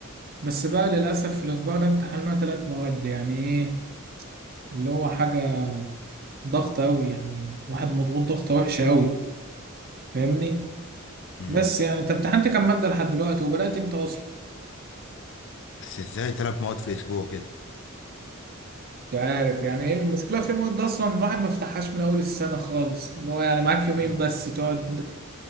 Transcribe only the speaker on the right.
بس بقى للاسف في الاسبوع ده امتحاننا ثلاث مواد يعني ايه اللي هو حاجة ضغط قوي يعني واحد مضغوط ضغطة وحشة قوي فاهمني؟
بس يعني انت امتحنت كام مادة لحد دلوقتي وبدأت امتى اصلا؟
مش عارف يعني ايه المشكلة في مواد اصلا الواحد ما فتحهاش من اول السنة خالص اللي هو يعني معاك يومين
بس تقعد